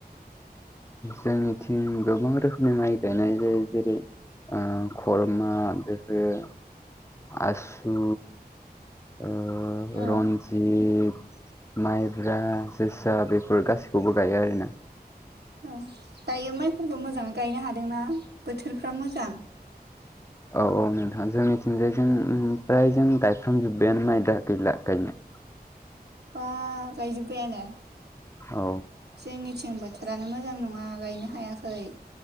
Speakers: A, on the left; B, on the right.
A: जोंनिथिं गोबां रोखोमनि माइ गायनाय जायो जेरै खरमा बेफोरो आसु ओ
B: औ
A: रन्जि जित माइब्रा जोसा बेफोर गासैखौबो गायो आरोना।
B: औ दायो माइफोरखौ मोजाङै गायनो हादोंना बोथोरफ्रा मोजां?
A: औ औ नोंथां जोंनिथिंजाय जों ओमफ्राय जों गायफ्रामजोब्बायानो माइ दा गैला गायनो।
B: बा गायजोबायानो?
A: औ
B: जोंनिथिं बोथोरानो मोजां नङा गायनो हायाखै